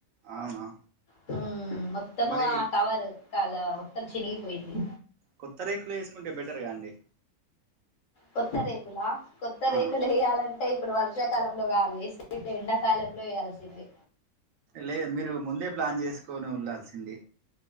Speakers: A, on the right; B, on the left.
A: అవునా
B: హ్మ్ మొత్తము
A: మరి
B: ఆ కవర్ కల మొత్తం చినిగిపోయింది
A: కొత్త రేకులు వేసుకుంటే బెటర్గా అండి
B: కొత్త రేకులా కొత్త
A: ఆ
B: రేకులు వేయాలంటే ఇప్పుడు వర్షాకాలంలో కా వేసిటివి ఎండాకాలంలో వేయాల్సింది
A: లేదు మీరు ముందే ప్లాన్ చేసుకొని ఉంళల్సింది